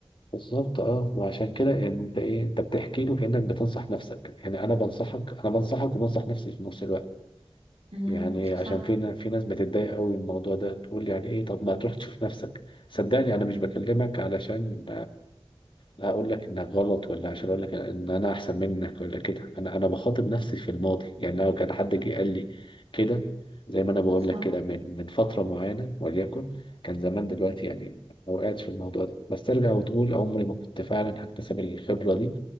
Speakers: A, on the left; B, on the right.
A: بالظبط اه وعشان كده يعني انت ايه انت بتحكي له كانك بتنصح نفسك يعني انا بنصحك انا بنصحك وبنصح نفسي في نفس الوقت
B: مم.
A: يعني عشان
B: صح
A: في نا- في ناس بتتضايق قوي من الموضوع ده تقول يعني ايه طب ما تروح تشوف نفسك صدقني انا مش
B: مم.
A: بكلمك علشان هقول لك انك غلط ولا عشان اقول لك ان انا احسن منك ولا كده انا انا بخاطب نفسي في الماضي يعني لو كان حد جه قال لي كده زي ما انا بقول
B: صح
A: لك كده من من فتره معينه وليكن كان زمان دلوقتي يعني ما وقعتش في الموضوع ده بس ترجع وتقول عمري ما كنت فعلا هكتسب الخبره دي